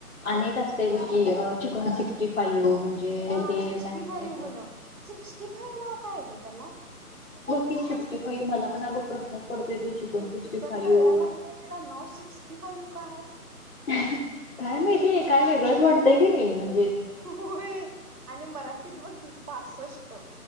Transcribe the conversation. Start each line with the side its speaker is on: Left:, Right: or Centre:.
Left: अनेक असतंय बघ की, चिकन सिक्स्टी फाईव म्हणजे
Right: हा
Left: ते
Right: सिक्स्टी
Left: मॅरिनेट
Right: फईव
Left: वगैरे
Right: म्हन, सिक्स्टी फाईव नाव का हाय ग तेला?
Left: सिक्टी फाईव मला पण अग प्रश्नच पडतोय तो
Right: ते
Left: सिक्स्टी
Right: चिकन
Left: फाईव्ह
Right: तळलेल असतंय त्याला नाव सिक्स्टी फाईव्ह का हाय?
Left: काय माहितीय काय वेगळंच वाटतंय की नाही. म्हण
Right: होय आणि मराठीत बघ की पासष्ट